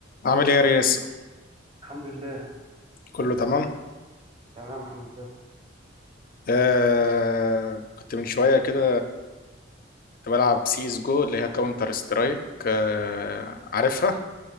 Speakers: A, on the left; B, on the right.
A: عامل ايه يا ريس
B: الحمد لله
A: كله تمام
B: تمام الحمد لله
A: آه كنت من شويه كده كنت بلعب سي اس جو اللي هي كاونتر سترايك آه عارفها